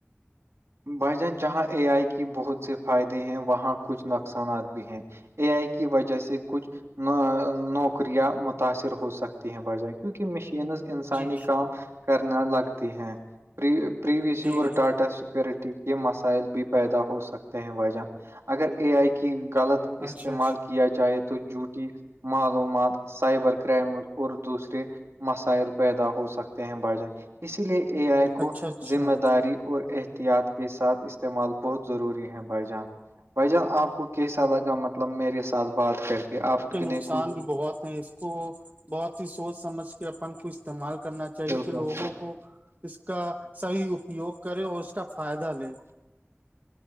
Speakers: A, on the right; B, on the right.
A: بھائی جان جہاں اے آئی کی بہت سے فائدے ہیں وہاں کچھ نقصانات بھی ہیں اے آئی کی وجہ سے کچھ نوک شکریہ متاثر ہو سکتے ہیں بجائے کیونکہ مشینز انسانی
B: جی
A: کام کرنا لگتی ہیں پریوی
B: جی
A: س اور
B: جی
A: ڈاٹا ورٹی کے مسائل بھی پیدا ہو سکتے ہیں وجہ اگر اے آئی کی غلط استعمال
B: اچھا
A: کیا ج چاہے تو جوٹی معلومات سائبر کرائمز اور دوسرے مسائل پیدا ہو سکتے ہیں ب جائ اسی لیے اے آئی کو
B: اچھا اچھا
A: ذمہ داری اور یاد کے ساتھ استعمال بہت ضروری ہے بھائی جان بھائی جان آپ کو کیسا لگا مطلب میرے ساتھ بات کر کے آپ نہیں
B: نقصان
A: کچھ
B: بھی بہت اس کو بہت ہی سوچ سمجھ کے اپن کو استعمال کرنا چاہیے
A: بالکل
B: کہ لوگوں کو اس کا صحی اپیوگ کرے اور اس کا فائدہ لے